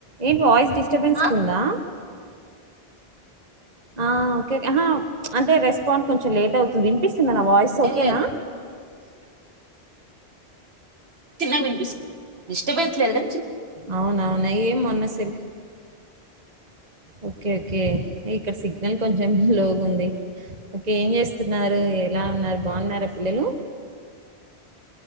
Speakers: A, on the right (about 40°); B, on the right (about 75°).
A: ఏంటి వాయిస్ డిస్టర్బెన్స్
B: ఆ,
A: ఉందా ఆ ఓకే అహ అంటే రెస్పాండ్ కొంచెం లేట్ అవుతుంది వినిపిస్తుంద నా వాయిస్ ఓకేనా
B: ఏం చిన్నగ వినిపిస్ డిస్టర్బ్ లేదే
A: అవునవునా ఏం మొన్న సెల్ ఓకే ఓకే ఇక్కడ సిగ్నల్ కొంచెం లోగు ఉంది. ఓకే ఏం చేస్తున్నారు. ఎలా ఉన్నారు. బాగున్నారా పిల్లలు.